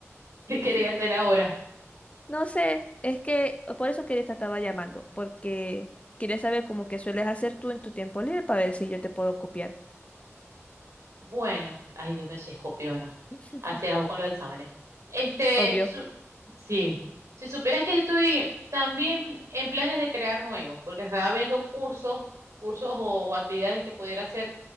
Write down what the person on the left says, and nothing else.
<laughs>
No sé, es que por eso quería te estaba llamando, porque quería saber cómo que sueles hacer tú en tu tiempo libre para ver si yo te puedo copiar.
<laughs>
Obvio.